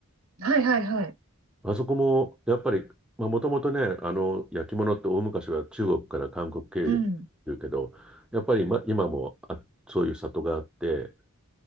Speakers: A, on the right; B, in the centre.
A: はいはいはい。
B: あそこもやっぱり、まあ、もともとね、あの焼き物って大昔は中国から韓国経由でってうけど、
A: うん。
B: やっぱり今、今もあ、そういう里があって、